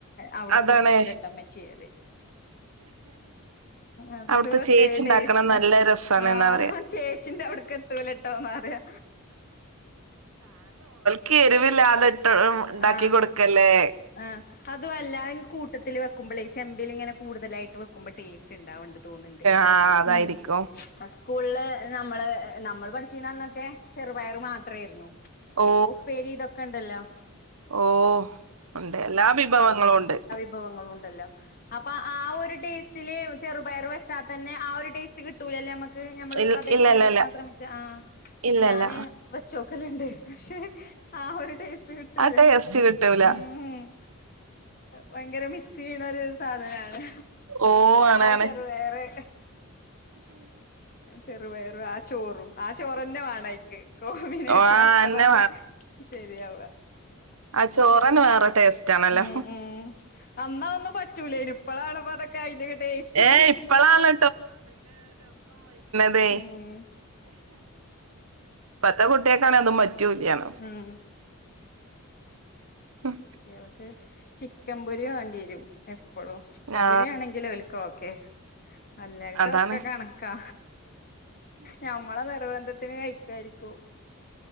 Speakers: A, on the left (about 45°); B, on the right (about 85°).
A: അവിടുക്ക
B: അതാണ്
A: എത്തലെട്ടമ്മച്ചേയ് അതൊരു
B: അവിടുത്തെ
A: പ്രത്യേക
B: ചേച്ചി ഇണ്ടാക്കണ
A: ടേസ്റ്റ്
B: നല്ല രസാണ്
A: ആഹ്
B: എന്നാ പറയാ
A: ചേച്ചിന്റെ അവിടക്ക് എത്തുലട്ടോ ന്ന പറയാ
B: ക എരിവില്ലാതെ ഇട് ഉണ്ടാക്കി
A: ആഹ്
B: കൊടുക്കല്ലേ
A: ആഹ് അതും അല്ലാ കൂട്ടത്തിൽ വെക്കുമ്പോൾ ഈ ചെമ്പിൽ ഇങ്ങനെ കൂടുതലായിട്ട് വെക്കുമ്പോ ടേസ്റ്റ് ഉണ്ടാവണ്ട് തോന്നണ്ട്
B: ആ അതായിരിക്കും
A: ഉം സ്കൂളില് നമ്മള് നമ്മള് പഠിച്ചു അന്നൊക്കെ ചെറുപയർ മാത്രായിരുന്നു
B: ഓ
A: ഇപ്പൊ ഉപ്പേരി ഇതൊക്കെ ഉണ്ടല്ലോ
B: ഓഹ് ഉണ്ട് എല്ലാ വിഭവങ്ങളും ഉണ്ട്
A: വ ഉണ്ടല്ലോ അപ്പൊ ആഹ് ഒരു ടേസ്റ്റില് ചെറുപയർ വെച്ചാൽ തന്നെ ആഹ് ഒരു ടേസ്റ്റ് കി ക്കൂലല്ലേ നമ്മക്ക് നഞമ്മള്
B: ഇ
A: അതേപോലെ
B: ഇല്ലല്ലല്ല
A: വെക്കാൻ ശ്രമിച്ച ആഹ്
B: ഇല്ലല്ല
A: ഞാന് വെച്ചോക്കലുണ്ട് പക്ഷെ ആഹ് ഒരു ടേസ്റ്റ് കിട്ടൂല
B: ആ ടേസ്റ്റ് കിട്ടൂല
A: ഉം ഭയങ്കര മിസ് ചെയ്യണ ഒരു സാധനാണ്
B: ഓ ആണാണ്
A: ആഹ് ചെറുപയര് ചെറുപയര് ആഹ് ചോറും ആ ചോറന്നെ വേണയ്ക്ക് കോമ്പിനേഷൻ
B: ആ
A: അപ്പളാണ്
B: അന്നെ
A: ശരിയാവ
B: ആഹ് ചോറന് വേറെ ടേസ്റ്റ് ആണല്ലോ.
A: ഉം ഉം അന്നാ ഒന്ന് പറ്റ. പറ്റൂല ഇപ്പളാണ്പ്പ അതൊക്കെ അയിന്റെ ടേസ്റ്റ്.
B: ഏ ഇപ്പളാണ് തെ
A: ഉം
B: പത്ത കുട്ടിയക്കാണങ്കി അതും പറ്റൂല്ലാണ്.
A: ഉം
B: ഉം
A: കുട്ട്യേൾക്ക്. ചിക്കൻപൊരി വേണ്ടി വരും എപ്പോഴും ചിക്കൻപൊരി
B: ആ
A: ആണെങ്കിൽ ഓൽക് ഓക്കെ. അല്ലാത്ത
B: അതാണ്
A: ഒക്കെ കണക്കാ ഞമ്മളെ നിർബന്ധത്തിന് കഴിക്കായിരിക്കും.